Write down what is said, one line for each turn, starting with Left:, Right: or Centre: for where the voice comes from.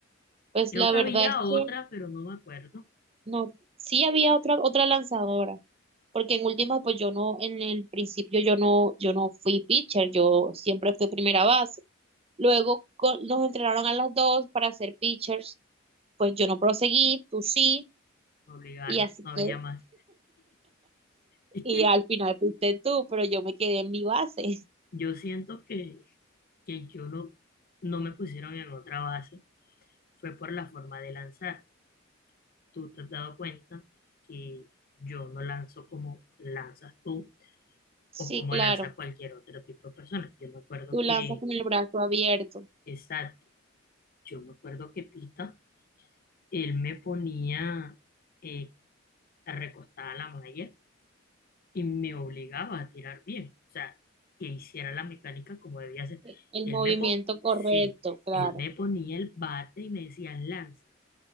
Right: Pues
Left: Creo
Right: la
Left: que
Right: verdad
Left: había
Right: es
Left: otra,
Right: que
Left: pero no me acuerdo.
Right: no, sí había otra, otra lanzadora. porque en última, pues yo no, en el principio yo no, yo no fui pitcher, yo siempre fui primera base. Luego co- nos entrenaron a las dos para ser pitchers, pues yo no proseguí, tú sí,
Left: Me obligaron,
Right: y así
Left: no había
Right: que,
Left: más. Es
Right: y
Left: que
Right: al final fuiste tú, pero yo me quedé en mi base. <laughs>
Left: yo siento que, que yo no, no me pusieron en otra base. Fue por la forma de lanzar. Tú te has dado cuenta que yo no lanzo como lanzas tú
Right: Sí,
Left: o como
Right: claro,
Left: lanza cualquier otro tipo de persona. Yo me acuerdo
Right: tú lanzas
Left: que,
Right: con el brazo abierto,
Left: exacto, yo me acuerdo que Pita, él me ponía eh, recostada a la malla y me obligaba a tirar bien, o sea, que hiciera la mecánica como debía ser.
Right: e- el
Left: Él
Right: movimiento
Left: me, po-
Right: correcto,
Left: sí,
Right: claro.
Left: él me ponía el bate y me decía lanza.